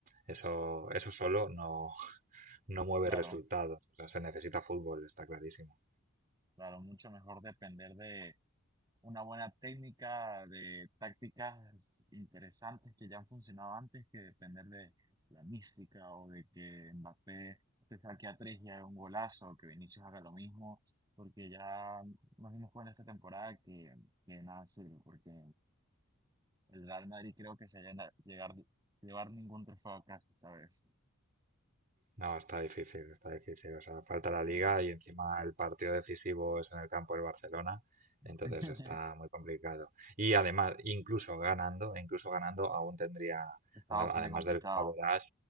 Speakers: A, on the right (about 40°); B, on the right (about 20°).
A: eso, eso solo no, no mueve
B: claro,
A: resultados. O sea, se necesita fútbol, está clarísimo.
B: claro, mucho mejor depender de una buena técnica, de tácticas interesantes que ya han funcionado antes, que depender de la mística o de que Mbappé se saque a tres y haga un golazo, o que Vinicius haga lo mismo, porque ya nos dimos cuenta esta temporada que, que nada sirve, porque El Real Madrid creo que se llega a llegar, llevar ningún trofeo a casa esta vez.
A: No, está difícil, está difícil. O sea, falta
B: Sí.
A: la liga y encima el partido decisivo es en el campo del Barcelona,
B: <laughs>
A: entonces está muy complicado. Y además, incluso ganando, incluso ganando, aún tendría,
B: Está
A: a-
B: bastante
A: además
B: complicado.
A: del gol average,